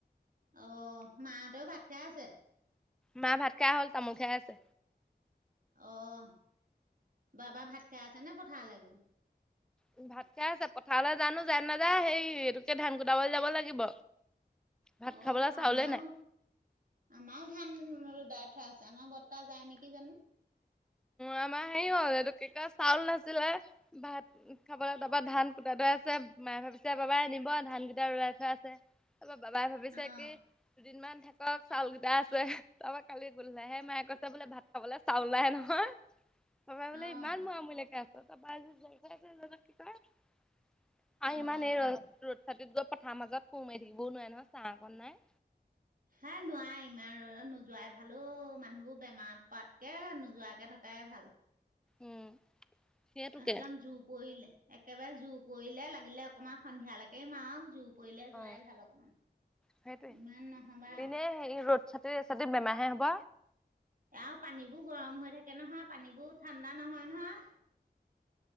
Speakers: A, on the right; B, in the centre.
A: অ', মাহঁতেও ভাত খাই আছে?
B: মাহ ভাত খাই হ'ল তামোল খাই আছে।
A: অ', বাবা ভাত খাই আছে নে পথাৰলৈ গ'ল?
B: উ, ভাত খাই আছে পথাৰলৈ জানো যায় নাযায়? সেই এইটোকে ধান কুটাবলৈ যাব লাগিব। ভাত
A: অঁ
B: খাবলৈ চাউলে
A: আমাৰো
B: নাই।
A: আমাৰো ধান দায় থোৱা আছে আমাৰ বৰ্তাহ যায় নেকি জানো।
B: আমাৰ হেৰি হ'ল এইটো কি কই চাউল নাছিলে। ভাত খাবলৈ তাৰপা ধান কুটা দৰে আছে মায়ে ভাবিছে বাবাই আনব ধান কেইটা লাই থৈ আছে। তাৰপৰা বাবাই ভাবিছে
A: অঁ
B: কি দুদিনমান থাকক, চাউল কেইটা আছে। তাৰপা কালি গললাই হে মায়ে কৈছে বোলে ভাত খাবলৈ চাউল নাহে নহয়। পাপাই
A: অঁ
B: বোলে ইমান মৰামূলাকে আছ তাৰপা কি কয় <unintelligible> আৰু
A: অঁ
B: ইমান এই ৰ-ৰ'দ চাটিত গৈ পথাৰ মাজত কুত মাৰি থাকিবও নোৱাৰে নহয়, ছা অকন নাই।
A: হে নোৱা ইমান ৰ'দত নোযোৱাই ভাল অ' মানুহবোৰ বেমাৰত পৰাতকে নোযোৱাকে থকাই ভাল।
B: উম সেইটোকে
A: একদম জুৰ পৰিলে, একেবাৰে জু পৰিলে, লাগিলে অকমান সন্ধিয়ালৈকে মাৰক জু পৰিলে
B: অ
A: যোৱাই ভাল অকণমান।
B: সেইটোৱে
A: ইমান নহ'বা
B: এনেই হেৰি ৰ'দ চাতি, চাতি বেমাৰহে হ'ব।
A: আৰু পানীবোৰ গৰম হৈ থাকে নহয়, পানীবোৰ ঠাণ্ডা নহয় নহয়।